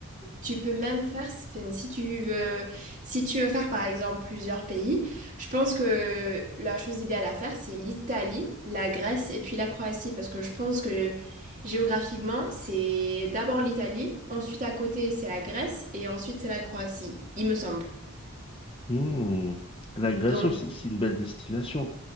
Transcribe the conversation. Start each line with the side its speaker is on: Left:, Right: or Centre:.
Right: Tu peux même faire, si, enfin, si tu veux, si tu veux faire par exemple plusieurs pays, je pense que la chose idéale à faire, c'est l'Italie, la Grèce et puis la Croatie, parce que je pense que géographiquement, c'est d'abord l'Italie, ensuite à côté, c'est la Grèce et ensuite c'est la Croatie, il me semble.
Left: Hmm. La Grèce
Right: Donc,
Left: aussi, c'est une belle destination.